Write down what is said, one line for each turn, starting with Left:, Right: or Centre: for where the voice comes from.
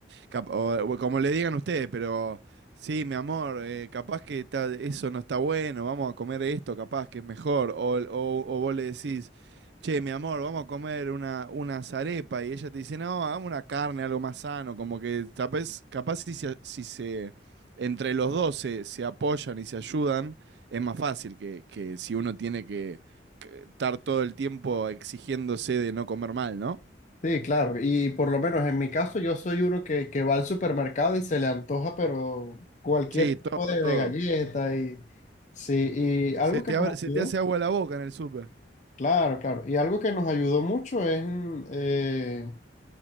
Right: Cap- o- o como le digan ustedes, pero sí, mi amor, eh, capaz que ta- eso no está bueno, vamos a comer esto, capaz que es mejor. O, el- o- o vos le decís, che, mi amor, vamos a comer una, una arepa y ella te dice, no, hagamos una carne, algo más sano, como que capaz, capaz si, se- si se, entre los dos se, se apoyan y se ayudan, es más fácil que, que si uno tiene que que estar todo el tiempo exigiéndose de no comer mal, ¿no?
Left: Sí, claro. Y por lo menos en mi caso, yo soy uno que, que va al supermercado y se le antoja, pero cualquier
Right: Sí, todo,
Left: tipo de, de
Right: todo.
Left: galleta y sí. Y algo
Right: Se te
Left: que nos
Right: abre- se
Left: ayudó.
Right: te hace agua la boca en el súper.
Left: Claro, claro. Y algo que nos ayudó mucho es, mm, eh,